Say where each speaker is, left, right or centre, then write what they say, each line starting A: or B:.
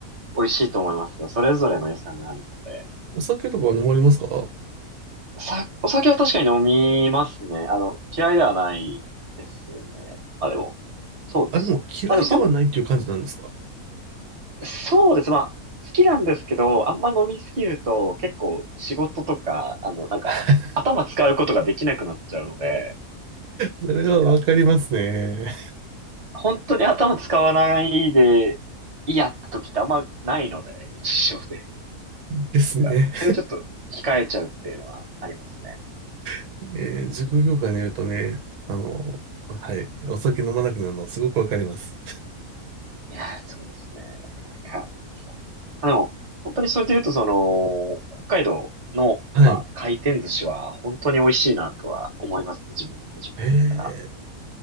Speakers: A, on the right; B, on the right.
A: 美味しいと思いますよ。それぞれの良さがあるので。
B: お酒とかは飲まれますか
A: さ、お酒は確かに飲みますね。あの、嫌いではないですね。まあでも、そうですね。
B: あ、でも嫌いではないっていう感じなんですか
A: まあでもそん、そうです。まあ、好きなんですけど、あんま飲みすぎると結構仕事とか、あの、なんか、
B: <laughs>
A: 頭使うことができなくなっちゃうので、
B: それはわかりますね。
A: なんか、本当に頭使わないで、いいやって時ってあんまないので、日常で。
B: ですね。
A: なんか、それちょっと控えちゃうっていうのはありますね。
B: <laughs> えー、塾業界にいるとね、あの、はい、お酒飲まなくなるのすごくわかります。
A: いやー、そうですね。なかなか。あでも、本当にそれで言うと、その、北海道の、
B: はい。
A: まあ、回転寿司は本当に美味しいなとは思いますね。自分の地元だから。
B: へえ、